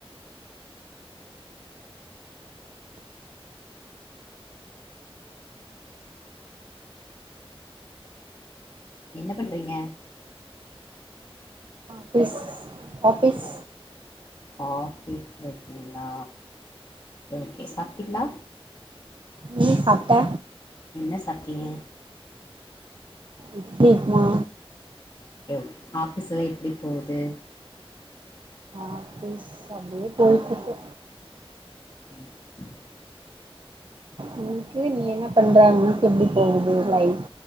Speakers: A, on the left (about 45°); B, on the right (about 55°).
A: என்ன பண்றிங்க
B: ஆஃபீஸ் ஆஃபீஸ்
A: ஆஃபீஸ்ல இருக்கிங்ளா ஓகே சாப்ட்டிங்ளா
B: நீ சாப்ட்ட
A: என்ன சாப்ட்டிங்க
B: இட்லி உப்மா
A: ஓகே ஓகே ஆஃபீஸ்லா எப்படி போகுது
B: ஆஃபீஸ் அப்டியே போய்ட்ருக்கு
A: ம்
B: உனக்கு நீ என்ன பண்ற உனுக்கு எப்படி போகுது லைஃப்